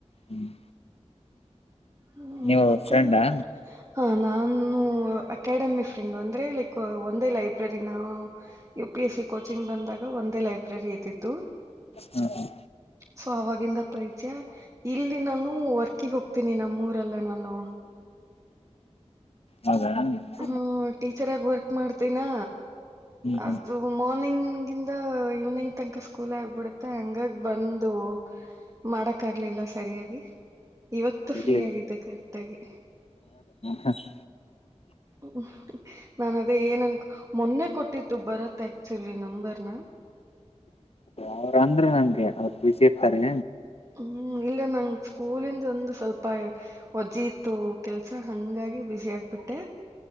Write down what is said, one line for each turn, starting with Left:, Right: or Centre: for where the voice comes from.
Left: ಹ್ಮ್
Right: ಹ್ಮ್
Left: ನೀವು
Right: ಮತ್ತೆ
Left: ಫ್ರೆಂಡಾ
Right: ಊಟ ಹಾ ನಾನು ಅಕಾಡೆಮಿ ಫ್ರೆಂಡ್ ಅಂದ್ರೆ ಲೈಕ್ ಒಂದೇ ಲೈಬ್ರರಿ ನಾವು U P S C coaching ಬಂದಾಗ ಒಂದೇ ಲೈಬ್ರರಿ ಇದಿದ್ದು
Left: ಹ್ಮ ಹ
Right: ಸೊ ಅವವಾಗಿಂದ ಪರಿಚಯ ಇಲ್ಲಿ ನಾನು ಹ ವರ್ಕಿಿಗೆ ಹೋಗ್ತೀನಿ ನಮ್ಮೂರಲ್ಲೇ ನಾನು
Left: ಹೌದಾ ಹ್ಮ್
Right: ಹ್ಮ ಟೀಚರ್ ಆಗ ವರ್ಕ್ ಮಾಡ್ತನಾ
Left: ಹ್ಮ್
Right: ಅದು ಮಾರ್ನಿಂಗ್ ಹಂದ ಈವ್ನಿಂಗ್ ತನಕ ಸ್ಕೂಲ್ ಆಗ್ಬಿಡುತ್ತೆ ಹಂಗಾಗ ಬಂದು ಮಾಡಕ್ ಆಗ್ಲಿಲ್ಲ ಸರಿಯಾಗಿ ಇವತ್ತು ಫ್ರೀ
Left: ಇರ್ಲಿ
Right: ಆಗಿದ್ದೆ ಕರೆಕ್ಟ್ ಆಗಿ
Left: ಹಸ್
Right: ್ಮ ನಾನ ಅದೇ ಏನನ್ ಮೊನ್ನೆ ಕೊಟ್ಟ ಬರತ್ತತ್ ಆಕ್ಚುಲಿ ನಂಬರ್ನ
Left: ಅವ್ರ ಅಂದ್ರರು ನಂಗೆ ಅವ್ರ ಬಿಸಿಿ ಇರ್ತಾರೆ
Right: ಹ್ಮ್ ಇಲ್ಲ ನಂ ಸ್ಕೂಲಿಂದ ಒಂದು ಸ್ವಲ್ಪ ವಜ್ಜಿ ಇತ್ತು ಕೆಲ್ಸ ಹಂಗಾಗಿ ಬ್ಯುಿಸಿಿ ಆಗ್ಬಿಟ್ಟೆ